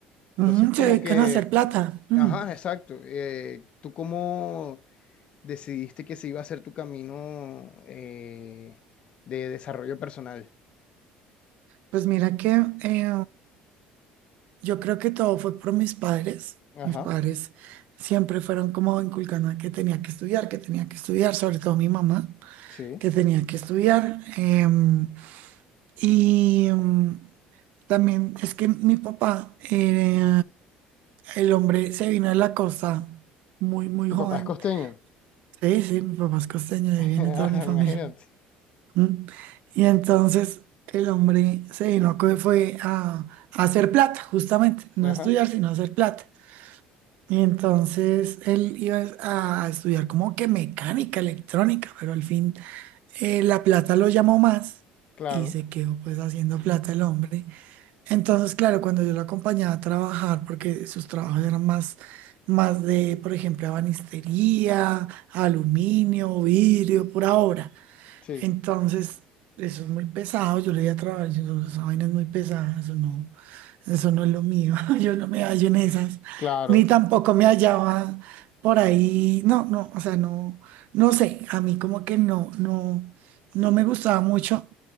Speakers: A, on the left (about 45°); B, on the right (about 70°).
A: Entonces,
B: Mm,
A: <laughs> como
B: se dedican
A: Sí, es
B: a hacer
A: que,
B: plata. Mm,
A: ajá, exacto. Eh, ¿tú cómo decidiste que ese iba a ser tu camino eh, de desarrollo personal?
B: Pues mira que eh, yo creo que todo fue por mis padres.
A: Ajá,
B: Mis padres siempre fueron como inculcando que tenía que estudiar, que tenía que estudiar, sobre todo mi mamá,
A: sí.
B: que tenía que estudiar. Em, y em, también es que mi papá, eh, el hombre se vino de la costa muy, muy
A: Tu
B: joven.
A: papá es costeño.
B: Sí, sí, mi papá es costeño, de
A: <laughs>
B: ahí viene
A: Ajá,
B: toda mi familia.
A: Imagínate.
B: ¿Mm? Y entonces el hombre se vino, que fue a, a hacer plata, justamente, no
A: Ajá,
B: estudiar, sino hacer plata. Y entonces él iba a estudiar como que mecánica, electrónica, pero al fin eh, la plata lo llamó más
A: claro,
B: y se quedó pues haciendo plata el hombre. Entonces, claro, cuando yo lo acompañaba a trabajar, porque sus trabajos eran más, más de, por ejemplo, ebanistería, aluminio, vidrio, pura obra.
A: sí,
B: Entonces, eso es muy pesado, yo le di a trabajar, yo, no- esa vaina es muy pesada, eso no, eso no es lo mío, <laughs> yo no me hallo en esas,
A: claro.
B: ni tampoco me hallaba por ahí, no, no, o sea, no, no sé, a mí como que no, no, no me gustaba mucho,